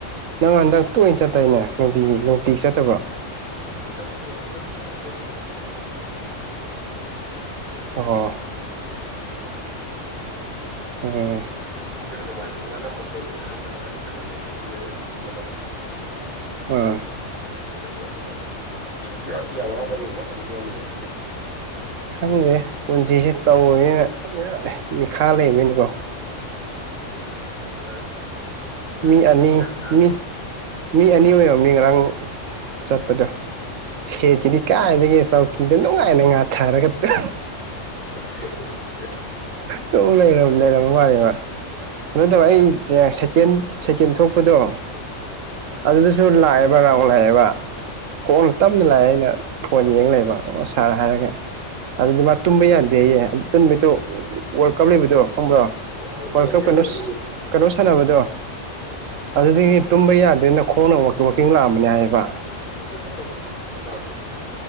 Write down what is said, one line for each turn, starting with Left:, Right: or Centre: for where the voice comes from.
Right: ꯅꯪ ꯍꯟꯗꯛ
Left: ꯑꯗꯨꯝ
Right: ꯇꯣꯏꯅ ꯆꯠꯇꯣꯏꯅꯦ ꯅꯨꯡꯇꯤ ꯅꯨꯡꯇꯤꯒꯤ ꯆꯠꯇꯕ꯭ꯔꯣ
Left: ꯍꯟꯅꯛ ꯍꯥꯟꯅꯛꯄꯨꯔꯤ ꯆꯥꯂꯦ ꯅꯨꯃꯤꯗ ꯅꯅꯤ ꯅꯨꯃꯤꯠ ꯍꯨꯝꯅꯤ ꯆꯠꯂꯦ
Right: ꯑꯣ
Left: ꯁꯨꯇꯤ ꯁꯨꯇꯤ ꯐꯪꯉꯤꯅꯦꯕ ꯑꯃꯨꯛ
Right: ꯑꯣꯝ
Left: ꯊꯥꯡꯖꯒ ꯅꯣꯡꯃꯥꯏꯖꯤꯡꯒꯅ ꯑꯃꯨꯛ ꯀꯧꯏ ꯊꯥꯡꯖ ꯅꯣꯡꯃꯥꯏꯖꯤꯡ ꯈꯛꯇꯅꯦꯕ ꯁꯨꯇꯤ ꯂꯩꯕ ꯃꯇꯝꯗꯣ
Right: ꯎꯝ
Left: ꯑꯗꯨꯗꯅꯦꯕ ꯀꯔꯤꯁꯦ ꯁꯨꯇꯤ <unintelligible> ꯃꯇꯝꯗꯨꯗꯅꯦꯕ
Right: ꯈꯪꯗꯦ ꯄꯨꯟꯁꯤꯁꯦ ꯇꯧꯔꯦꯅ ꯃꯤꯈꯥ ꯂꯩꯕꯅꯤꯀꯣ
Left: <unintelligible>
Right: ꯃꯤ ꯑꯅꯤ
Left: ꯅꯨꯡꯉꯥꯏꯔꯛꯄꯅꯣ ꯑꯩ ꯒ꯭ꯌꯥꯟ ꯇꯥꯗꯦ
Right: ꯃꯤ ꯃꯤ ꯑꯅꯤ ꯑꯣꯏꯔꯝꯅꯤ ꯉꯔꯥꯡ ꯆꯠꯄꯗꯣ
Left: ꯑꯣ
Right: ꯁꯦꯠꯀꯤꯗꯤ ꯀꯌꯥ ꯀꯥꯏꯗꯒꯤ ꯆꯧꯀꯤꯗꯣ ꯅꯨꯡꯉꯥꯏꯅ ꯉꯥꯊꯥꯔꯒ ꯇ
Left: <unintelligible>
Right: ꯇꯨꯝ ꯂꯩꯔꯝ ꯂꯩꯔꯝꯝꯕꯅꯦ ꯃꯥ ꯀꯩꯅꫭꯇꯧꯔꫭ ꯑꯩ ꯁꯦꯀꯦꯟ ꯁꯦꯀꯦꯟ ꯊꯣꯛꯄꯗꯣ
Left: ꯑꯣ
Right: ꯑꯗꯨꯗꯁꯨ ꯂꯥꯛꯑꯦꯕ ꯔꯥꯎꯟ ꯂꯥꯛꯑꯦꯕ ꯈꫭꯡꯅ ꯇꯞꯅ ꯂꯥꯛꯑꯦ ꯑꯩꯅ ꯐꯣꯟ ꯌꯦꯡ ꯂꯩꯕ ꯑꯣ ꯁꯥꯔ ꯍꯥꯏꯔꯒ ꯑꯗꯨꯗꯤ ꯃꯥ ꯇꯨꯝꯕ ꯌꯥꯗꯦ ꯑꯗꯨꯗ ꯇꯨꯝꯃꯤꯠꯗꯣ ꯋꯥꯔꯜ ꯀꯞ ꯂꯩꯕꯗꯣ ꯈꯪꯕ꯭ꯔꯣ
Left: ꯃꯣꯏ
Right: ꯋꯥꯔꯜ
Left: ꯕꯣꯜ
Right: ꯀꯞ
Left: ꯌꯦꯡꯉꯝꯃꯅꯤ
Right: ꯀꯩꯅꯣ ꯀꯩꯅꯣ ꯁꯥꯟꯅꯕꯗꯣ ꯑꯗꯨꯗꯤꯗꯒꯤ ꯇꯨꯝꯕ ꯌꯥꯔ ꯑꯗꯨꯅ ꯈꯣꯡꯅ ꯑꯣꯇ ꯋꯥꯀꯤꯡ ꯂꯥꯛꯑꯝꯕꯅꯦ ꯍꯥꯏꯌꯦꯕ
Left: <unintelligible> ꯀꯩꯅꯣ ꯇꯧꯔꯒ